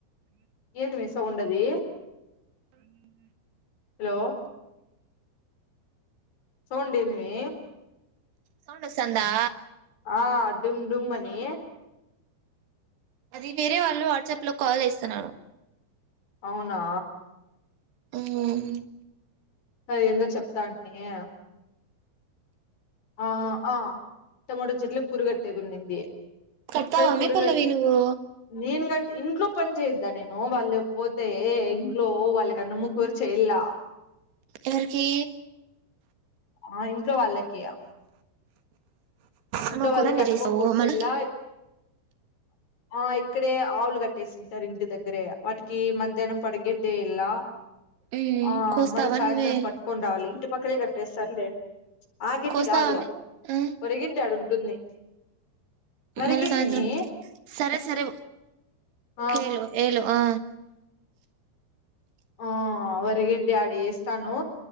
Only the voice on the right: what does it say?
సౌండు ఓస్తందా.
అది వేరే వాళ్ళు అట్సాప్ లో కాల్ జెస్తున్నారు.
ఉహ్మ్
కడతావా
మే పల్లవి నువ్వు
ఎవర్కీ
ఏమో కూర
చేసావు
మళ్ళ
మ్మ్
కోస్తావా
నువ్వే
కోస్తావామే
ఆ
మళ్ళ సాయంత్రం
సరే సరే
ఏళో ఏళో ఆ